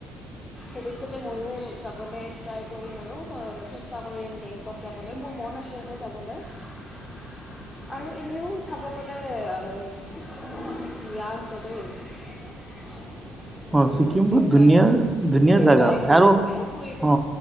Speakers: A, on the left; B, on the right.
A: ভৱিষ্যতে ময়ো যাবলে ট্ৰাই কৰিম আৰু চেষ্টা কৰিম গেংটকত যাবলৈ, মোৰ মন আছে এনে যাবলৈ। <inaudible> আৰু এনেও চাব গ'লে অ ছিকিমট ধুনীয়া আছে দেই। <unintelligible>
B: অ ছিকিম
A: দেউতাই
B: বহুত ধুনীয়া ধুনীয়া
A: দেউতাই
B: জাগা হয়
A: গৈছিলে
B: আৰু
A: ফুৰিব
B: অ